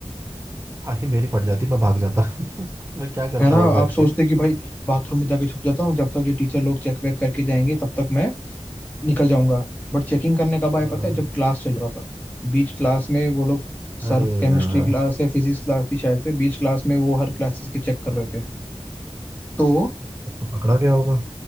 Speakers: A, on the right; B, on the left.
A: हाँ, ये मेरी पड़ जाती मैं भाग जाता <laughs> मैं क्या करता
B: है ना
A: हुआ बैठ
B: आप सोचते
A: के
B: कि भाई बाथरूम में जाके छुप जाता हूँ जब तक ये टीचर लोग चेक वेक करके जाएंगे तब तक मैं निकल जाऊंगा बट चेकिंग करने कब आए
A: हाँ
B: पता है जब क्लास चल रहा था बीच क्लास में वो लोग सर
A: अरे
B: केमिस्ट्री
A: यार
B: क्लास या फिजिक्स क्लास थी शायद से बीच क्लास में वो हर क्लासेस के चेक कर रहे थे तो
A: तब तो पकड़ा गया होगा